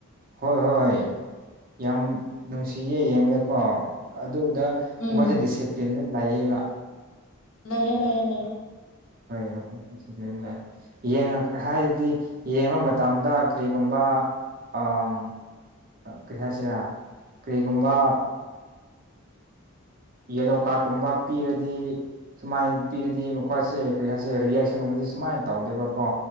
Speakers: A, on the right (about 45°); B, on the left (about 75°).
A: ꯍꯣꯏ ꯍꯣꯏ ꯌꯥꯝ ꯅꯨꯡꯁꯤꯌꯦ ꯌꯦꯡꯕꯗꯀꯣ ꯑꯗꯨꯒ
B: ꯎꯝ
A: ꯃꯈꯣꯏꯁꯦ ꯗꯤꯁꯤꯄ꯭ꯂꯤꯟꯗ ꯂꯩꯌ‌ꯦꯕ
B: ꯂꯩꯌꯦ ꯂꯩꯌꯦ ꯂꯩꯌꯦ
A: ꯍꯣꯏ <unintelligible> ꯌꯦꯡꯉꯛ ꯍꯥꯏꯕꯗꯤ ꯌꯦꯡꯕ ꯃꯇꯝꯗ ꯀꯔꯤꯒꯨꯝꯕ ꯑꯝ ꯀꯔꯤ ꯍꯥꯏꯁꯤꯔꯥ ꯀꯔꯤꯒꯨꯝꯕ ꯌꯦꯂꯣꯀꯥꯠ ꯀꯨꯝꯕ ꯄꯤꯔꯗꯤ ꯁꯨꯃꯥꯏꯅ ꯄꯤꯔꯗꯤ ꯃꯈꯣꯏꯁꯦ ꯀꯔꯤ ꯍꯥꯏꯁꯦ ꯔꯤꯌꯦꯁꯟꯒꯨꯝꯕꯗꯤ ꯁꯨꯃꯥꯏꯅ ꯇꯧꯗꯦꯕꯀꯣ